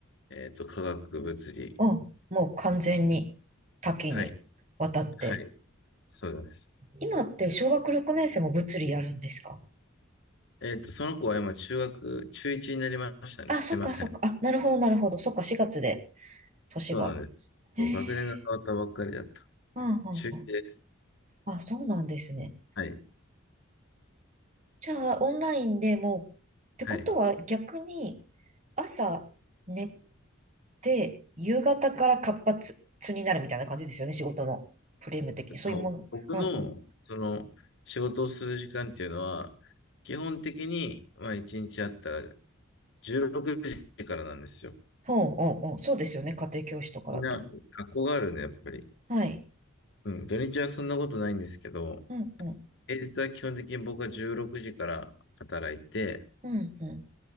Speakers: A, on the left; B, on the right.
A: えっと、科学、物理。
B: あ、もう完全に多岐にわたって。
A: はい。はい。そうです。
B: 今って小学6年生も物理やるんですか
A: えっと、その子は今、中学、中1になりましたね。
B: あ、
A: すいません。
B: そっかそっか。あ、なるほどなるほど。そっか、4月で、年が。
A: そうなんです。そう、
B: へ
A: 学年が変わったばっかりだった。
B: え。
A: 中
B: うんうんうん。
A: 1です。
B: あ、そうなんですね。
A: はい。
B: じゃあ、オンラインでもう、ってことは逆に、
A: はい。
B: 朝寝て、夕方から活発になるみたいな感じですよね、仕事のフレーム的に。そういうもの。
A: そう、僕の、
B: うん
A: その、仕事をする時間っていうのは、基本的に、まあ、1日あったら16時からなんですよ。
B: ほう、う、おう、そうですよね。家庭教師とかだと。
A: みんな、学校があるんで、やっぱり。
B: はい。
A: うん、土日はそんなことないんですけど、
B: うん、うん、
A: 平日は基本的に僕は16時から働いて、
B: うん、うん、